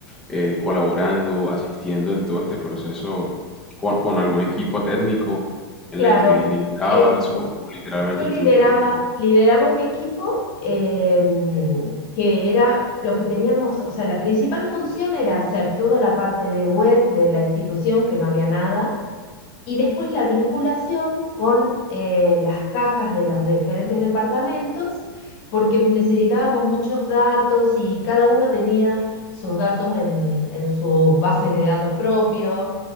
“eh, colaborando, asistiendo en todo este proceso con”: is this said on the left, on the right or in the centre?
Centre